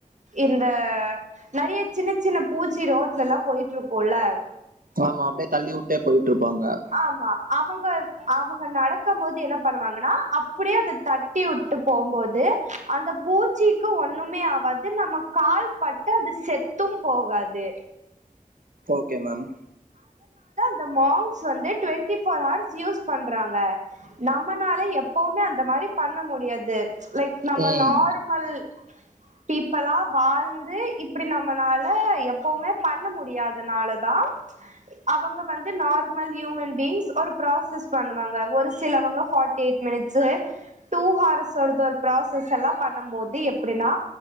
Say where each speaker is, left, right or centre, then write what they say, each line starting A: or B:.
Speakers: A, on the right; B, on the right.
A: இந்த நறைய சின்ன சின்ன பூச்சி ரோட்லல்லா போயிட்டு இருக்குல்ல
B: ஆமா அப்டே தள்ளிவுட் டே போயிட்டு இருப்பாங்க
A: ஆமா அவங்க அவங்க நடக்கம்போது என்ன பண்ணுவாங்கனா அப்டியே அத தட்டிவுட்டு போம்போது அந்தப் பூச்சுக்கு ஒண்ணுமே ஆவாது நம்ம கால் பட்டு அது செத்தும் போகாது
B: ஓகே மேம்
A: இந்த மாங்ஸ் வந்து டுவெண்ட்டி ஃபோர் ஹார்ஸ் யூஸ் பண்றாங்க நம்மனால எப்பவுமே அந்த மாரி பண்ண முடியாது லைக் நம்ம
B: ம்
A: நார்மல் பீப்பிளா வாழ்ந்து இப்டி நம்மனால எப்பவுமே பண்ண முடியாதனாலதா அவங்க வந் து நார்மல் ஹியூமன் பீயிங்ஸ் ஒரு பிராசஸ் பண்ணுவாங்க ஒரு சிலவங்க forty eight minutes two hours ஒரு இது ஒரு பிராஸஸ் எல்லா பண்ண போது எப்டினா